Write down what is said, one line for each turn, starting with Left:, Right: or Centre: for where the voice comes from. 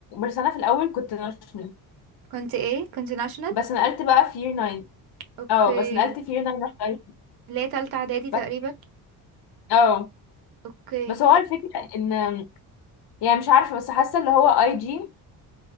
Left: بس انا في الاول كنت ناشفه
Right: كنت ايه كنت ناشونال
Left: بس نقلت بقى في year 9
Right: اوكي
Left: اه بس نقلت فيه هنا رحت اي جي
Right: اللي هي تالتة اعدادي تقريبا
Left: بس اه
Right: اوكي
Left: بس هو الفكرة ان يعني مش عارفة بس حاسة اللي هو اي جي